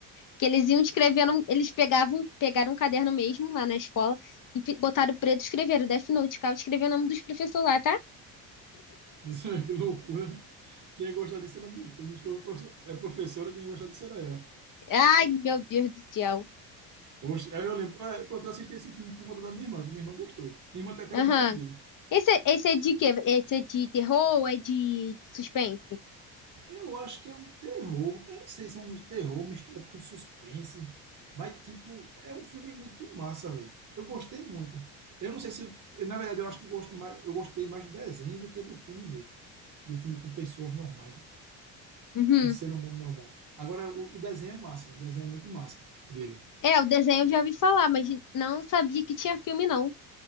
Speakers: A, on the left (about 45°); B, on the right (about 45°).
A: Que eles iam escrevendo, eles pegavam, pegaram um caderno mesmo lá na escola e fi- botaram preto e escreveram Death Note, cara, escreveu o nome dos professores lá, tá?
B: <laughs> Que loucura. Quem ia gostar disso era minha esposa. Minha esposa é profe- é professora, quem ia gostar disso era ela.
A: Ai, meu Deus do céu.
B: Oxe, aí eu lembro, ah, pronto, eu assisti esse filme por conta da minha irmã, que minha irmã gostou. Minha irmã tem até
A: Aham.
B: o boneco dele.
A: Esse, é- esse é de quê? Esse é de terror ou é de suspense?
B: Eu acho que é um terror, eu não sei se é um terror misturado com suspense, mas, tipo, é um filme muito massa, velho. Eu gostei muito. Eu não sei se, na verdade, eu acho que eu gosto mais, eu gostei mais do desenho do que do filme mesmo. Do filme com pessoas normais,
A: Uhum.
B: com ser humano normal. Agora, o, o desenho é massa, o desenho é muito massa dele.
A: É, o desenho eu já ouvi falar, mas não sabia que tinha filme, não.